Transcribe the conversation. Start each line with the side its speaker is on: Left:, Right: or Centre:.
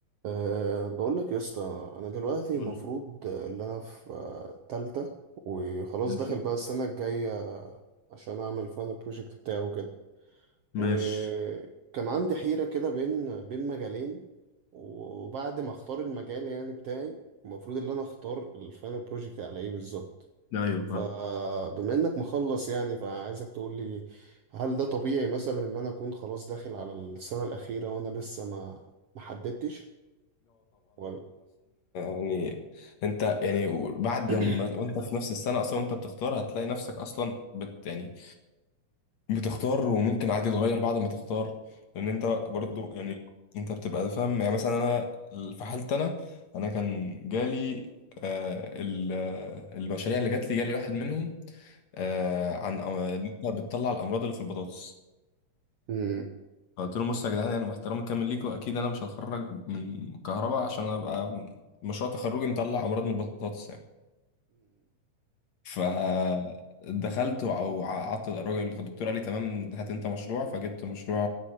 Right: أه بقول لك يا اسطى انا دلوقتي المفروض
Left: قول.
Right: ان انا في آه، تالتة وخلاص
Left: ماشي
Right: داخل بقى السنة الجاية عشان اعمل فاينل بروجكت بتاعه وكده وكان
Left: ماشي
Right: عندي حيرة كده بين بين مجالين وبعد ما اختار المجال يعني بتاعي المفروض ان انا اختار الفاينل بروجكت على ايه بالظبط
Left: لا ايوه فاهم
Right: فبما انك مخلص يعني فعايزك تقول لي هل ده طبيعي مثلا ان انا اكون خلاص داخل على السنة الأخيرة وانا لسه ما ما حددتش ولا
Left: يعني انت بعد
Right: <clears throat>
Left: ما وانت في نفس السنه اصلا وانت بتختار هتطلع بت يعني بتختار وممكن عادي تغير بعد ما تختار لان انت برضو يعني انت بتبقى فاهم يعني مثلا انا في حالتي انا انا كان جالي آه ال- آه، المشاريع اللي جات لي جالي واحد منهم آه عن أو- ان انت بتطلع الامراض اللي في البطاطس
Right: 嗯嗯嗯嗯فاهم
Left: قلت لهم بصوا يا جدعان انا باحترامي الكامل ليكم اكيد انا مش هتخرج من كهرباء عشان ابقى مشروع تخرجي مطلع امراض من البطاطس يعني فدخلت وع- وقعدت الراجل الدكتور قال لي تمام هات انت مشروع فجبت مشروع